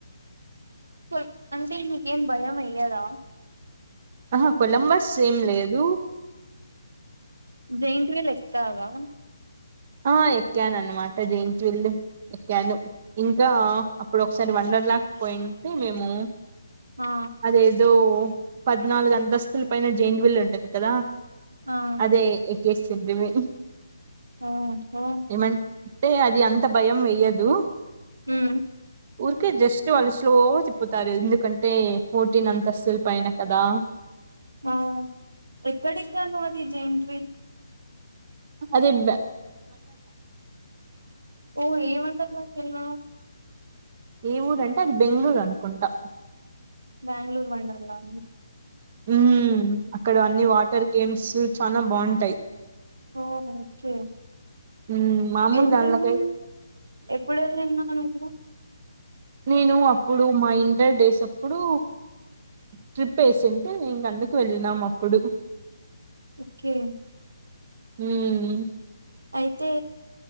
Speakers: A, on the right; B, on the right.
A: ప అంటే నీకేమ్ భయం ఎయ్యదా.
B: ఆహ కొలంబస్ ఏం లేదు.
A: జెయింట్ వీల్ ఎక్కుతావా.
B: ఆ ఎక్కానన్నమట జెయింట్ విల్లు. ఎక్కాను ఇంకా. అప్పుడు ఒకసారి వండర్ లాక్ పోయింటే మేము
A: ఆ
B: అదేదో పద్నాలుగు అంతస్తుల పైన జెయింట్ వీల్లు ఉంటది కదా
A: ఆ
B: అదే ఎక్కేసింటిమి.
A: ఓహో
B: ఏమంటే అది అంత భయం వేయ్యదు
A: ఉమ్.
B: ఊరికే జస్ట్ వాళ్ళు స్లో తిప్పుతారు ఎందుకంటే ఫోర్టీన్ అంతస్తులు పైన కదా.
A: ఆ ఎక్కడెక్కావు నువ్వు అది జెయింట్ విల్ల్.
B: అదిబ్బ.
A: ఓ ఏవన్ డర్లా కెళ్ళినావ్
B: ఏ ఊర్ అంటే అది బెంగళూరు అనుకుంటా.
A: బ్యాంగ్లూర్ వండర్లాన
B: ఊ అక్కడ అన్ని వాటర్ గేమ్స్. చానా బాగుంటాయి.
A: ఓ ఓకే
B: ఉమ్, మామూలు
A: ఎంత
B: దానిలకై
A: ఉంది ఎప్పుడూ వెళ్ళినావ్. నువ్వు
B: నేను అప్. అప్పుడు మా ఇంటర్ డేసప్పుడు. ట్రిప్ వేసింటే ఇగ అందుకే వెళ్ళినాం అప్పుడు.
A: ఓకే
B: ఉమ్
A: అయితే